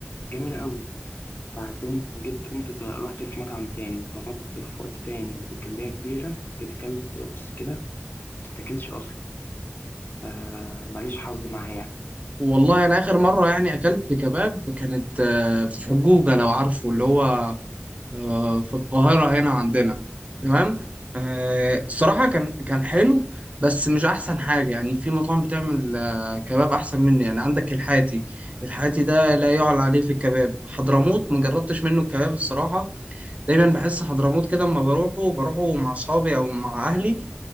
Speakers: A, on the left (about 55°); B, on the right (about 35°).
A: جميله قوي بعدين جيت قمت ط- رحت في مطعم تاني طلبت في وقت تاني بكميه كبيره جيت اكلت بص كده ما تتاكلش اصلا آه، ماليش حظ معاها يعني
B: والله انا اخر مره يعني اكلت كباب كانت آه، في حجوجه لو عارفه اللي هو آه، في القاهرة هنا عندنا تمام آه، الصراحة كان كان حلو بس مش أحسن حاجة يعني في مطاعم بتعمل آه، كباب أحسن منه يعني عندك الحاتي الحاتي ده لا يعلى عليه في الكباب حضرموت ما جربتش منه الكباب الصراحة دايما بحس حضرموت كده أما بروحه بروحه مع أصحابي أو مع أهلي